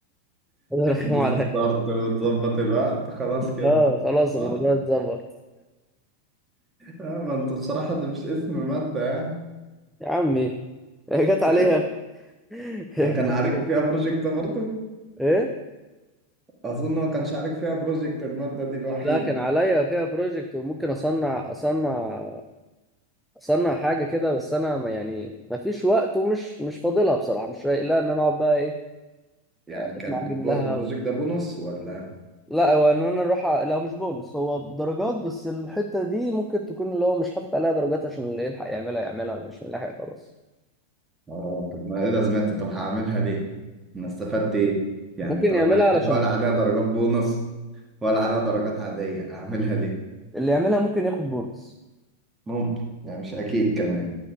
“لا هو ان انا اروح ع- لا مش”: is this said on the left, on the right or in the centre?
Centre